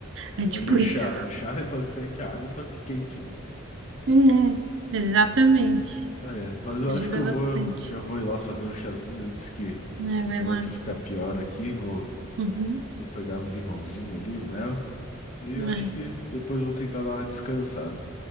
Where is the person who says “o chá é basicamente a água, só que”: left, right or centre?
Left